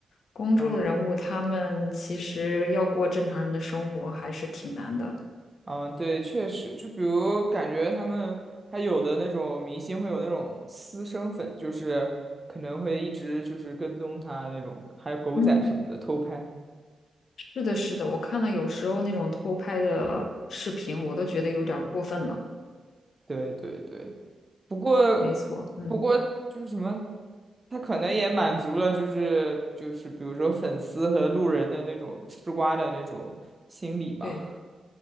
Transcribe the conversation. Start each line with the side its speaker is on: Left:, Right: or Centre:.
Left: 公众人物他们其实要过正常人的生活还是挺难的。
Right: 嗯，嗯，对，确实，就比如感觉他们还有的那种明星会有那种私生粉，就是可能会一直就是跟踪他那种，还有狗仔什么的偷拍。
Left: 嗯，是的，是的，我看到有时候那种偷拍的视频，我都觉得有点儿过分了。
Right: 对对对。不过，
Left: 没错，嗯，
Right: 不过就是什么，他可能也满足了，就是就是比如说粉丝和路人的那种吃瓜的那种心理吧。
Left: 对。